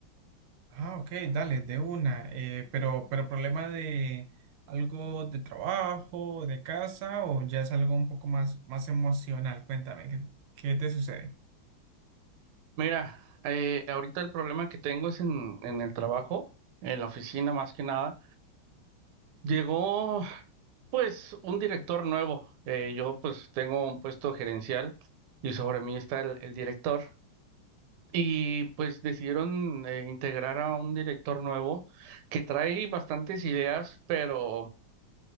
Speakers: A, on the right (about 90°); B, on the right (about 70°).
A: Ah, ok, dale, de una. Eh, pero, pero problema de algo de trabajo, de casa, o ya es algo un poco más, más emocional. Cuéntame, ¿qué, qué te sucede?
B: Mira, eh, ahorita el problema que tengo es en, en el trabajo, en la oficina más que nada. Llegó, pues, un director nuevo. Eh, yo, pues, tengo un puesto gerencial y sobre mí está el el director. Y pues decidieron eh, integrar a un director nuevo que trae bastantes ideas, pero,